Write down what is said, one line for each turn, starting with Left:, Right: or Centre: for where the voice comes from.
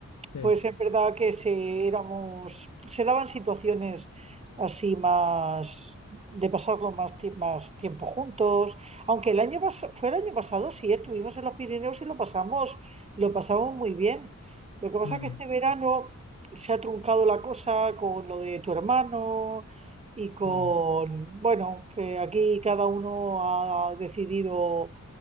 Left: sí.
Right: Pues en verdad que se éramos, se daban situaciones así más de pasarlo más, ti- más tiempo juntos. Aunque el año pas- fue el año pasado, sí, estuvimos en los Pirineos y lo pasamos, lo pasamos muy bien. Lo que pasa
Left: Mm,
Right: es que este verano se ha truncado la cosa con lo de tu hermano y con,
Left: mm,
Right: bueno, que aquí cada uno ha decidido